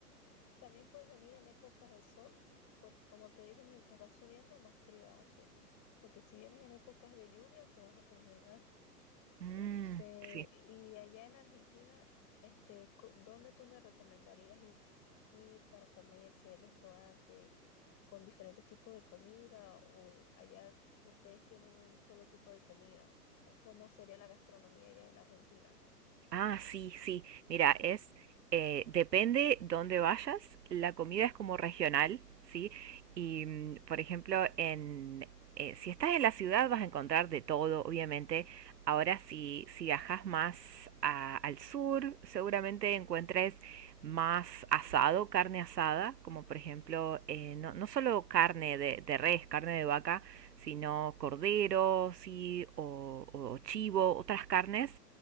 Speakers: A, on the left; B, on the right.
A: también puedes venir en épocas de sol, porque como te dije, mientras vas subiendo, más frío hace, porque si vienes en épocas de lluvia, te vas a congelar.
B: Mm,
A: Este,
B: sí.
A: y allá en Argentina, este, co- ¿dónde tú me recomendarías i- ir para comer? Si hay restaurante con diferentes tipos de comida, o allá ustedes tienen un solo tipo de comida, o cómo sería la gastronomía allá en Argentina.
B: Ah, sí, sí. Mira, es eh, depende dónde vayas, la comida es como regional, ¿sí? Y mm, por ejemplo, en eh, si estás en la ciudad vas a encontrar de todo, obviamente. Ahora si si viajas más a- al sur, seguramente encuentres más asado, carne asada, como por ejemplo, eh, no, no solo carne de, de res, carne de vaca, sino cordero, sí, o, o chivo, otras carnes